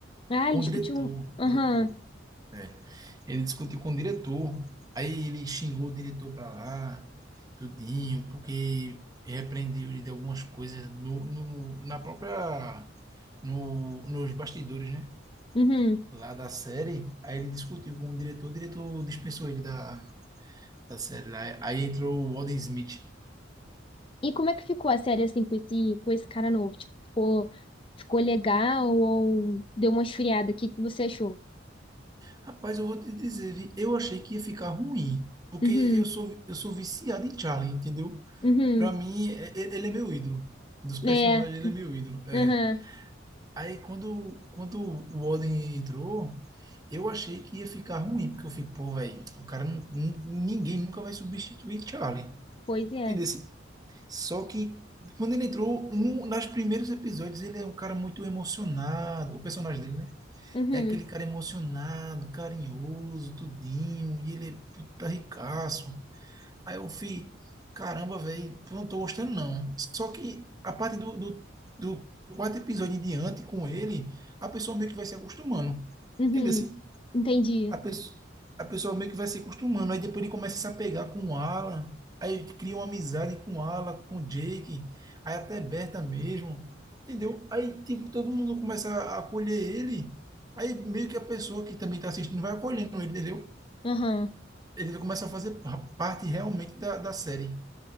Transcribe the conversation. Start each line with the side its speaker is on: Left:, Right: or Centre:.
Left: Ah,
Right: Com
Left: ele discutiu.
Right: o diretor,
Left: um-
Right: o
Left: Aham.
Right: diretor, é. Ele discutiu com o diretor, aí ele xingou o diretor pra lá, tudinho, porque repreendeu ele de algumas coisas no, no- na própria, no, nos bastidores, né?
Left: Uhum.
Right: Lá da série, aí ele discutiu com o diretor, o diretor dispensou ele da, da série lá. Aí entrou o Alden Smith.
Left: E como é que ficou a série assim com esse, com esse cara novo? Tipo, ficou, ficou legal ou deu uma esfriada? O que que você achou?
Right: Rapaz, eu vou te dizer, vi, eu achei que ia ficar ruim, porque
Left: Uhum,
Right: eu sou, eu sou viciado em Charlie, entendeu?
Left: uhum,
Right: Pra mim, e- ele é meu ídolo. Dos personagens,
Left: é,
Right: ele é meu ídolo. É.
Left: aham,
Right: Aí, quando, quando o Odin entrou, eu achei que ia ficar ruim, porque eu fico, pô, velho, o cara, não, nu- ninguém nunca vai substituir Charlie.
Left: pois é,
Right: Entendeu? Só que, quando ele entrou, no, nos primeiros episódios, ele é um cara muito emocionado. O personagem dele, né?
Left: uhum,
Right: É aquele cara emocionado, carinhoso, tudinho, e ele é puta ricaço. Aí eu fui, caramba, velho, não tô gostando não. Só que a partir do, do, do quarto episódio em diante com ele, a pessoa meio que vai se acostumando.
Left: uhum,
Right: Entendeu? assim?
Left: entendi,
Right: A pessoa, a pessoa meio que vai se acostumando. Aí depois ele começa a se apegar com o Alan. Aí cria uma amizade com o Alan, com o Jake. Aí até Berta mesmo. Entendeu? Aí, tipo, todo mundo começa a acolher ele. Aí meio que a pessoa que também tá assistindo vai acolhendo ele, entendeu?
Left: aham,
Right: Ele começa a fazer pa- parte realmente da, da série.